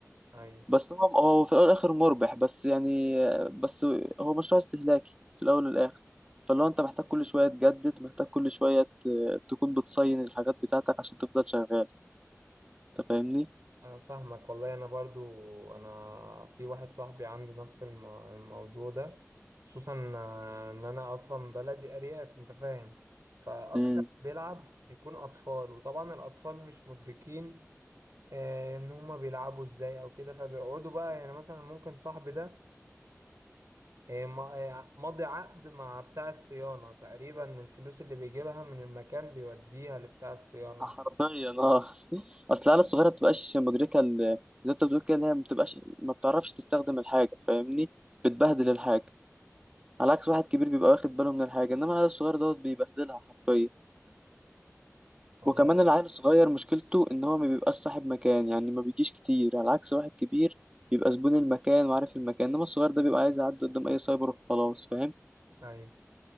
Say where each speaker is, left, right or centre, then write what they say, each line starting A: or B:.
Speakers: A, on the right (about 75°); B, on the right (about 20°).
A: ايوه
B: بس هو هو في الاول والاخر مربح بس يعني بس هو مشروع استهلاكي في الاول والاخر فلو انت محتاج كل شويه تجدد محتاج كل شويه ت- تكون بتصين الحاجات بتاعتك عشان تفضل شغال انت فاهمني
A: آه، فاهمك والله انا برضو انا في واحد صاحبي عنده نفس الم... الموضوع ده خصوصا آه، ان انا اصلا بلدي ارياف انت فاهم فاكتر
B: امم
A: بيلعب بيكون اطفال وطبعا الاطفال مش مدركين آه، ان هما بيلعبوا ازاي او كده فبيقعدوا بقى يعني مثلا ممكن صاحبي ده آه، ما- آه، مضي عقد مع بتاع الصيانة تقريبا الفلوس اللي بيجيبها من المكان بيوديها لبتاع الصيانة
B: حرفيا اه <laughs> اصل العيال الصغيره ما بتبقاش مدركه ال- زي ما انت بتقول كده إن هي ما بتبقاش ما بتعرفش تستخدم الحاجه فاهمني بتبهدل الحاجه على عكس واحد كبير بيبقى واخد باله من الحاجه انما العيال الصغير دوت بيبهدلها حرفيا
A: والله
B: وكمان العيل الصغير مشكلته ان هو ما بيبقاش صاحب مكان يعني ما بيجيش كتير على عكس واحد كبير بيبقى زبون المكان وعارف المكان انما الصغير ده بيبقى عايز يعدي قدام اي سايبر وخلاص فاهم
A: ايوه